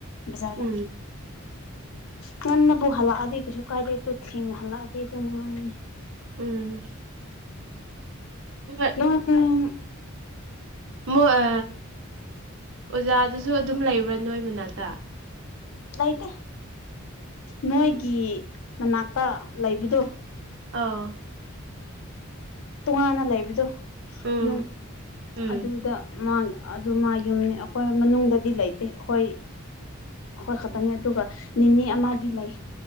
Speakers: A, on the left; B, on the right.
A: ꯕꯖꯥꯔꯗ꯫
B: ꯎꯝ
A: ꯉꯟꯅꯕꯨ ꯍꯜꯂꯛꯑꯗꯤ ꯀꯩꯁꯨ ꯀꯥꯏꯗꯦ ꯇꯨ ꯊꯤꯡꯅ ꯍꯜꯂꯛꯑꯗꯤ ꯑꯗꯨꯝ ꯉꯥꯡꯉꯅꯤ꯫
B: ꯎꯝ ꯍꯣꯏ
A: <unintelligible>
B: ꯃꯣꯏ ꯑ ꯑꯣꯖꯥꯗꯨꯁꯨ ꯑꯗꯨꯝ ꯂꯩꯕ꯭ꯔꯥ ꯅꯣꯏ ꯃꯅꯥꯛꯇ?
A: ꯂꯩꯇꯦ ꯅꯣꯏꯒꯤ ꯃꯅꯥꯛꯇ ꯂꯩꯕꯗꯣ꯫
B: ꯑꯥꯎ
A: ꯇꯨꯉꯥꯟꯅ ꯂꯩꯕꯗꯣ
B: ꯎꯝ
A: ꯌꯨꯝ
B: ꯎꯝ
A: ꯑꯗꯨꯗ ꯃꯥ ꯑꯗꯨ ꯃꯥ ꯌꯨꯝꯅꯤ ꯑꯩꯈꯣꯏ ꯃꯅꯨꯡꯗꯗꯤ ꯂꯩꯇꯦ ꯑꯩꯈꯣꯏ, ꯑꯩꯈꯣꯏ ꯈꯛꯇꯅꯤ ꯑꯗꯨꯒ ꯅꯦꯅꯦ ꯑꯃꯗꯤ ꯂꯩ꯫